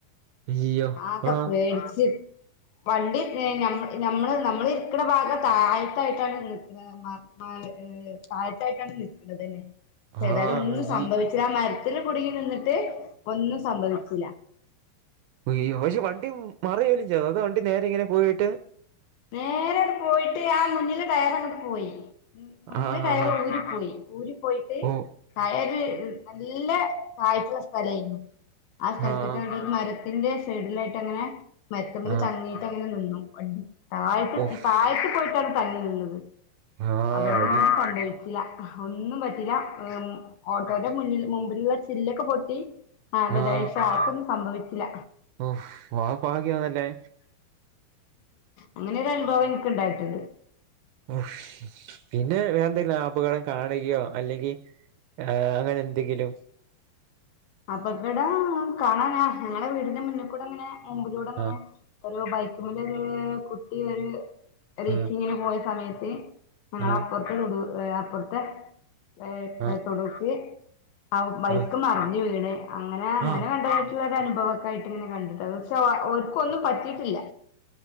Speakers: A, on the right; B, on the left.
A: അയ്യോ
B: ആകെ
A: ആഹ്
B: പേടിച്ച് ച്ച് വണ്ടി ഏ ഞമ്മ ഞമ്മള്നമ്മളിരിക്കണ ഭാഗം താഴ്ക്കായിട്ടാണ് നിക്ക്ണ മ് മ മഹ് താഴ്ത്തായിട്ടാണ് നിക്ക്ണതന്നേ ചേതായാലും
A: ആഹ്
B: ഒന്നും
A: അയ്
B: സംഭവിച്ചില്ലാമരത്തില് കുടിങ്ങി നിന്ന്ട്ട് ഒന്നും സംഭവിച്ചില.
A: അയ്യൊ പക്ഷെ വണ്ടി മറിയേലും ചെയ്തോ അതൊ വണ്ടി നേരെ ഇങ്ങനെ പോയിട്ട്
B: നേരെഅങ്ട് പോയിട്ട് ആ മുന്നില് ടയറങ്ങട്ട് പോയി ഉം മുന്നിലെ
A: ആഹ്
B: ടയറ്
A: ആഹ്
B: ഊരി പോയി. ഊരി പോയിട്ട്
A: ഓ
B: ടയറ് നല്ല താഴ്ച്ചള്ള സ്ഥലായിനു ആ സ്ഥൽത്തൊക്കെണ്ട്
A: ആഹ്
B: രു മരത്തിന്റെ സൈഡിലായിട്ട്ങ്ങനെ മരത്ത്മ്മ്ല്
A: ആഹ്
B: തങ്ങീട്ട് അങ്ങനെ നിന്നു തായത്ത്
A: ഓഫ്
B: തായത്ത് പോയിട്ടാണ് തങ്ങിനിന്നത്
A: ആഹ്
B: അതുകൊണ്ടൊന്നും
A: അടി
B: സംഭവച്ചില ഒന്നും പറ്റീല്ല ഉം ഓട്ടോയ്ടെ മുന്നിൽ മുമ്പില്ള്ള ചില്ലൊക്കെ പൊട്ടി അ എന്നെ
A: ആഹ്
B: ദേ പക്ഷെ ആർക്കൊന്നും സംഭവിച്ചില
A: ഉം മഹാ ഭാഗ്യായല്ലേ
B: അങ്ങനെ ഒരനുഭവം എൻക്ക് ഇണ്ടായിട്ട്ണ്ട്
A: ഉം പിന്നെ വേറെന്തേലും അപകടം കാണുകയോ അല്ലെങ്കി ഏ അങ്ങനെന്തെങ്കിലും
B: അപകടം കാണാനാ ഞങ്ങടെ വീടിന്റെ മുന്നിക്കൂടെങ്ങനെ മുമ്പിലൂടങ്ങനെ
A: ആഹ്
B: ഒരു ബൈക്ക്മ്മെലൊര് കുട്ടി ഒരു റീക്കിങ്ങിനു
A: ആഹ്
B: പോയ സമയത്ത് ഞങ്ങളാപ്പുർത്ത്
A: ആഹ്
B: തോട് ഏ അപ്പുർത്തെ ഏ
A: ആഹ്
B: ഏ തൊടുക്കി ആവും ബൈക്കു
A: ആഹ്
B: മറിഞ്ഞു വീണ് അങ്ങനെ അങ്ങനെ
A: ആഹ്
B: കണ്ടതായിട്ട്ള്ളൊരനുഭവൊക്കെ ആയിട്ട്ങ്ങനെ കണ്ട്. എന്താച്ചാ വാ ഓൽക്കൊന്നും പറ്റീട്ടില്ല